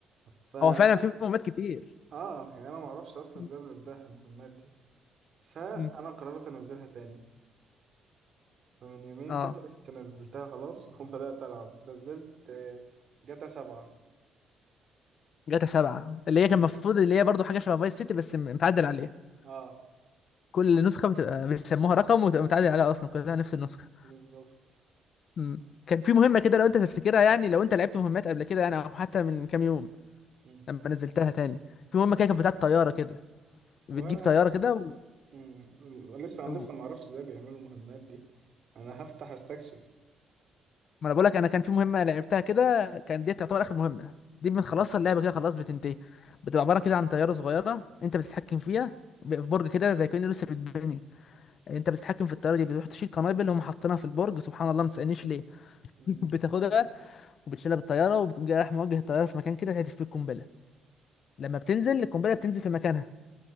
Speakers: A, on the right; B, on the left.
A: ف اه
B: هو فعلا في مهمات كتير
A: يعني انا ما اعرفش اصلا
B: مم.
A: ازاي بنبداها المهمات دي فانا
B: مم.
A: قررت انزلها تاني فمن يومين
B: اه
A: كده رحت نزلتها خلاص <laughs> وبدات العب نزلت آه، جاتا سبعة
B: جاتا سبعة اللي هي كان المفروض اللي هي برضه حاجة شبه فايس سيتي بس م- متعدل عليها
A: اه
B: كل نسخة بتبقى بيسموها رقم وتبقى متعدل عليها أصلا كلها نفس النسخة
A: بالظبط
B: مم. كان في مهمة كده لو أنت تفتكرها يعني لو أنت لعبت مهمات قبل كده يعني أو حتى من كام يوم
A: مم.
B: لما نزلتها تاني في مهمه كده كانت بتاعت طياره كده بتجيب
A: وانا
B: طياره كده و...
A: مم. لسه انا
B: و...
A: لسه ما اعرفش ازاي بيعملوا المهمات دي انا هفتح استكشف
B: ما انا بقول لك انا كان في مهمه لعبتها كده كان دي تعتبر اخر مهمه دي بنخلصها
A: مم.
B: اللعبه كده خلاص بتنتهي بتبقى عباره كده عن طياره صغيره انت بتتحكم فيها ب- في برج كده زي كأنه لسه بيتبني انت بتتحكم في الطياره دي بتروح تشيل قنابل هم حاطينها في البرج سبحان الله ما تسالنيش ليه <laughs>
A: مم.
B: بتاخدها وبتشيلها بالطياره وبتقوم جاي رايح موجه الطياره في مكان كده تهدف فيه القنبله لما بتنزل القنبله بتنزل في مكانها